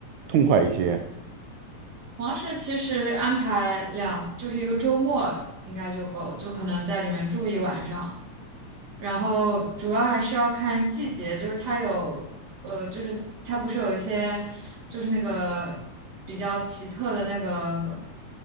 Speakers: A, on the right; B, on the right.
A: 痛快一些。
B: 王室其实安排两就是一个周末应该就够，就可能在里面住一晚上。然后主要还是要看季节，就是它有，呃，就是它不是有一些，就是那个比较奇特的那个